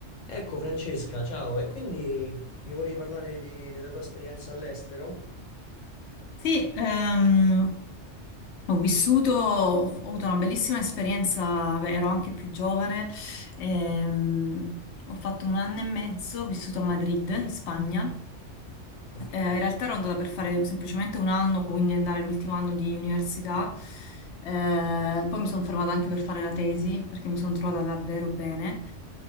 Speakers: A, on the left; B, on the left.
A: Ecco Francesca, ciao, e quindi mi volevi parlare di- della tua esperienza all'estero?
B: Sì, ehm, ho vissuto, ho avuto una bellissima esperienza, beh, ero anche più giovane, ehm, ho fatto un anno e mezzo, ho vissuto a Madrid, in Spagna,
A: Ok,
B: Eh, in realtà ero andata per fare semplicemente un anno, quindi andare l'ultimo anno di università. Eh, poi mi sono fermata anche per fare la tesi, perché mi sono trovata davvero bene.